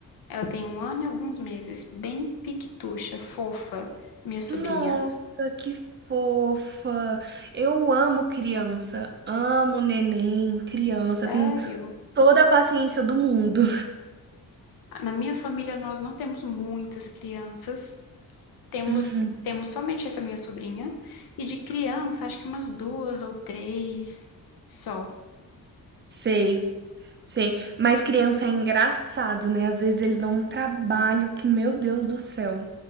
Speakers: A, on the left; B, on the right.
A: Ela tem um ano e alguns meses. Bem piquitucha, fofa, minha sobrinha.
B: Nossa, que fofa! Eu amo criança, amo neném, criança,
A: Sério?
B: tenho toda a paciência do mundo.
A: Na minha família, nós não temos muitas crianças. Temos,
B: Uhum.
A: temos somente essa minha sobrinha. E de criança, acho que umas duas ou três só.
B: Sei, sei. Mas criança é engraçado, né? Às vezes eles dão um trabalho que, meu Deus do céu,